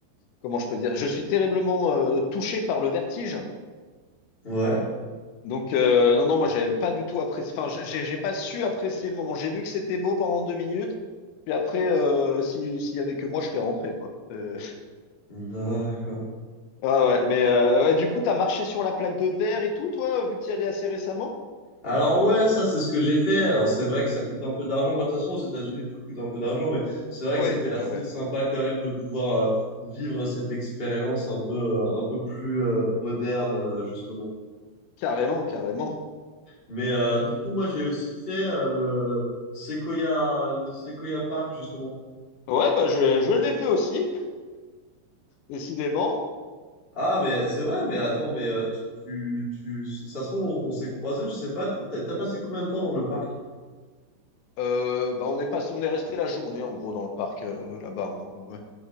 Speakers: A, on the left (about 80°); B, on the left (about 20°).
A: comment je peux dire je suis terriblement euh, touché par le vertige.
B: Ouais.
A: Donc euh, non non moi j'ai pas du tout apprécié enfin j'ai j'ai pas su apprécier le moment. J'ai vu que c'était beau pendant deux minutes puis après euh, si s'il y avait que moi je serais rentré quoi. Euh,
B: D'accord.
A: <laughs> ah ouais mais euh, ouais, du coup t'as marché sur la plaque de verre et tout toi vu que t'y allais assez récemment?
B: Alors ouais, ça c'est ce que j'ai fait. Alors c'est vrai que ça coûte un peu d'argent. Bah, de toute façon, aux États-Unis, tout coûte un peu d'argent, mais c'est vrai
A: Oui,
B: que c'était assez
A: ouais, ouais.
B: sympa quand même de pouvoir euh, vivre cette expérience un peu, euh, un peu plus euh, moderne, euh, justement.
A: Carrément carrément.
B: Mais euh, du coup, moi, j'ai aussi fait euh, le Sequoia, le Sequoia Park, justement.
A: Ouais bah je je l'ai fait aussi. Décidément,
B: Ah, mais c'est vrai, mais attends, mais euh, tu, tu, tu, ça se trouve, on, on s'est croisés, je sais pas. T'as, t'as passé combien de temps dans le parc?
A: euh, bah on est pas, on est resté la journée en gros dans le parc euh, là-bas. hein. Ouais.